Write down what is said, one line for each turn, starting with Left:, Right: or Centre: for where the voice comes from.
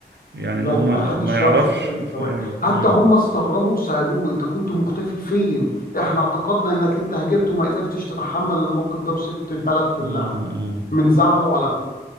Right: يعني
Left: لا
Right: ان هو
Left: لا
Right: ما
Left: ما حدش
Right: ما يعرفش
Left: يعرف نفسه من السواق
Right: ف مم.
Left: حتى
Right: مم.
Left: هم استغربوا وسألوه انت كنت مختفي فين احنا اعتقدنا انك انت هجبت وما قدرتش تتحمل الموقف ده وسبت البلد كلها
Right: مم.
Left: من زعله على اخوه